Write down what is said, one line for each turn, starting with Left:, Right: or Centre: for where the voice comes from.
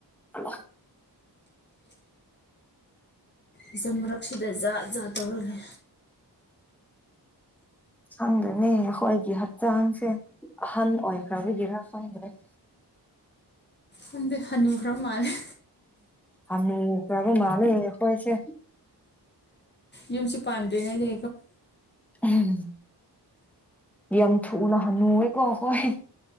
Centre: ꯍꯂꯣ
Left: ꯏꯆꯝ ꯃꯔꯛꯁꯤꯗ ꯖꯥꯠ ꯖꯥꯠ ꯇꯧꯔꯂꯦ
Centre: ꯈꯪꯗꯦꯅꯦ ꯈꯣꯏꯒꯤ ꯍꯪꯆꯥꯡꯁꯦ ꯑꯍꯟ ꯑꯣꯏꯈ꯭ꯔꯥꯕ ꯒꯤꯔ ꯈꯪꯗꯔꯦ
Left: ꯍꯗ ꯍꯅꯨ ꯈ꯭ꯔ ꯃꯥꯜꯂꯦ
Centre: ꯍꯅꯨꯈꯔꯕ ꯃꯟꯂꯦ ꯑꯩꯈꯣꯢꯁꯦ
Left: ꯌꯨꯝꯁꯨ ꯄꯥꯟꯗ꯭ꯔꯤꯉꯩꯗ
Centre: ꯎꯝ ꯌꯥꯝ ꯊꯨꯅ ꯍꯟꯅꯨꯋꯦꯀꯣ ꯍꯣꯏ